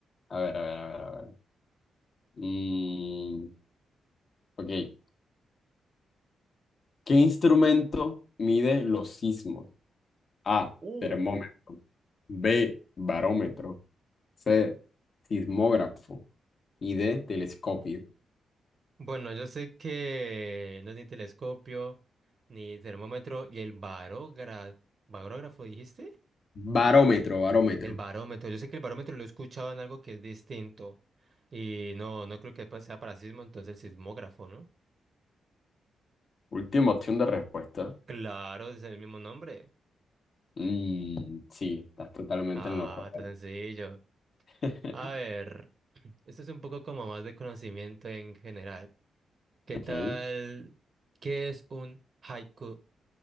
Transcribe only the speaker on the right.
Uh.
Bueno, yo sé que no es ni telescopio, ni termómetro, y el barógrafo, ¿barógrafo dijiste?
El barómetro. Yo sé que el barómetro lo he escuchado en algo que es distinto. Y no, no creo que pa- sea para sismo, entonces el sismógrafo, ¿no?
Claro, es el mismo nombre.
Ah,
tan sencillo.
A ver, esto es un poco como más de conocimiento en general. ¿Qué
tal? ¿Qué es un haiku?